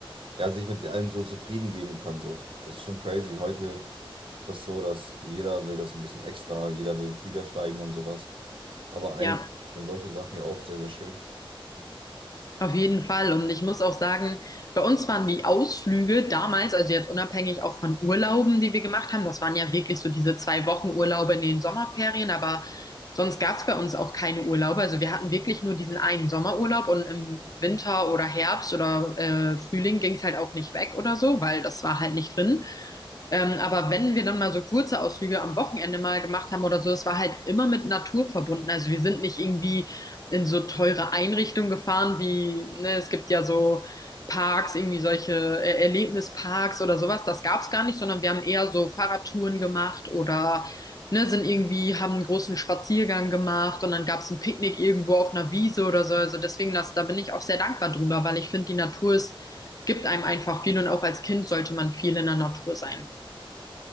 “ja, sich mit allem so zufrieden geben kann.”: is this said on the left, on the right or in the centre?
Right